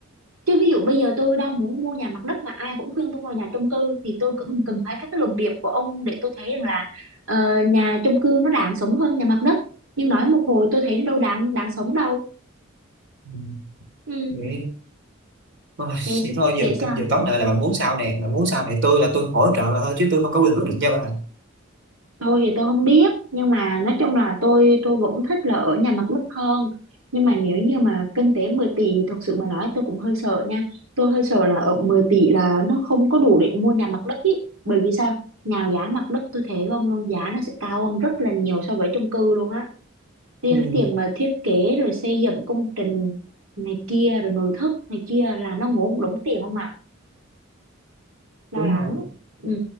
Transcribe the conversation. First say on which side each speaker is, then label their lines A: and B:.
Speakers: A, on the right; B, on the right.
A: chứ ví dụ bây giờ tôi đang muốn mua nhà mặt đất mà ai cũng khuyên tôi mua nhà chung cư thì tôi cũng cần phải các cái luận điểm của ông để tôi thấy rằng là ờ, nhà chung cư nó đáng sống hơn nhà mặt đất nhưng nói một hồi tôi thấy nó đâu đáng đáng sống đâu
B: Ừ.
A: ừ.
B: Vậy Ôi,
A: vậy
B: thì thôi
A: vậy
B: giờ
A: sao
B: giờ tóm lại là bạn muốn sao nè bạn muốn sao nè tôi là tôi hỗ trợ là thôi chứ tôi không có quyền quyết định cho bạn
A: tôi thì tôi không biết nhưng mà nói chung là tôi tôi vẫn thích là ở nhà mặt đất hơn nhưng mà nếu như mà kinh tế 10 tỷ thì thật sự mà nói tôi cũng hơi sợ nha tôi hơi sợ là ở 10 tỷ là nó không có đủ để mua nhà mặt đất ý bởi vì sao nào giá mặt đất tôi thấy không luôn giá nó sẽ cao hơn rất là nhiều so với chung cư luôn á riêng
B: ừ,
A: cái tiền mà thiết kế rồi xây dựng công trình này kia rồi nội thất này kia là nó ngốn đống tiền không ạ lo
B: đúng
A: lắng
B: rồi
A: ừ,